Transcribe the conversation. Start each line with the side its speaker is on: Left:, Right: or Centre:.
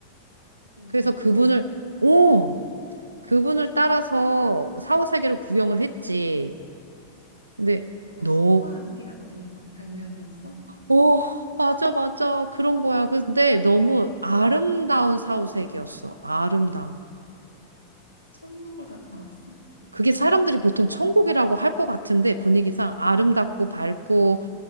Left: 어,
Right: 그래서
Left: 너무
Right: 그분을
Left: 신기하다.
Right: 오! 그분을 따라서 사후 세계를 구경을 했지. 근데
Left: 뭐
Right: 너
Left: 신과 함께 같은 그 장면이었어?
Right: 오, 맞아, 맞아. 그런 거야.
Left: 오,
Right: 근데 너무 아름다운 사후세계였어. 아름다운.
Left: 천국을 갔다 왔어?
Right: 그게 사람들이 보통 천국이라고 할 것 같은데 분위기상 아름답고 밝고